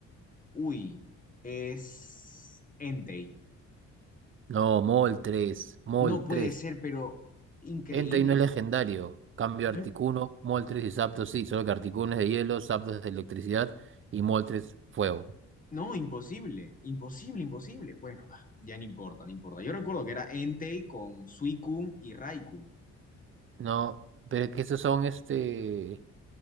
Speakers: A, on the left; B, on the right.
A: Uy, es Entei.
B: No, Mol 3, Mol
A: No puede
B: 3.
A: ser, pero increíble,
B: Entei no es legendario.
A: ¿no?
B: Cambio
A: No,
B: Articuno,
A: es-
B: Mol 3 y Zapdos sí, solo que Articuno es de hielo, Zapdos es de electricidad y Mol 3 fuego.
A: no, imposible, imposible, imposible. Bueno, ah, ya no importa, no importa. Yo recuerdo que era Entei con Suicune y Raikun.
B: No, pero es que esos son este.